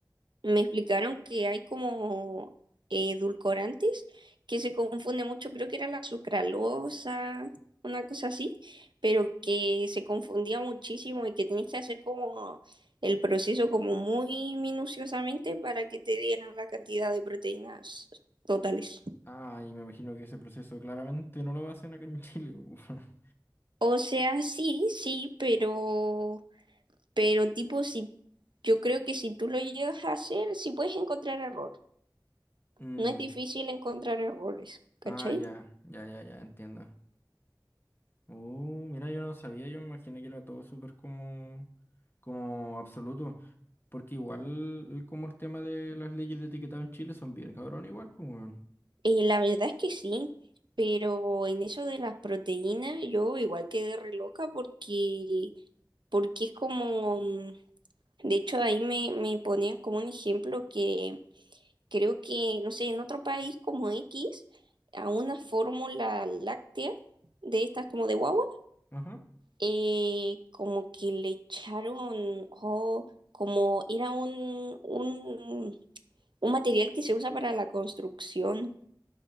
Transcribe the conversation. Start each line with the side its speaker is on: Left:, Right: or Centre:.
Right: Me explicaron que hay como eh, edulcorantes que se confunde mucho, creo que era la sucralosa, una cosa así, pero que se confundía muchísimo y que tenías que hacer como el proceso como muy minuciosamente para que te dieran la cantidad de proteínas totales.
Left: Ah, y me imagino que ese proceso claramente no lo hacen acá en Chile. <laughs>
Right: O sea, sí, sí, pero, pero tipo, si yo creo que si tú lo llegas a hacer, sí puedes encontrar error.
Left: Mm,
Right: No es difícil encontrar errores, ¿cachai?
Left: Ah, ya, ya, ya, ya, entiendo. Uh, mira, yo no sabía, yo me imaginé que era todo súper como, como absoluto. Porque igual como el tema de las leyes de etiquetado en Chile son bien cabrón igual, pues. weón.
Right: Eh, la verdad es que sí, pero en eso de las proteínas yo igual quedé re loca porque, porque es como, mm, de hecho ahí me, me ponían como un ejemplo que creo que, no sé, en otro país como X, a una fórmula láctea de estas como de guagua,
Left: Ajá.
Right: eh, como que le echaron, oh, como era un, un, un material que se usa para la construcción,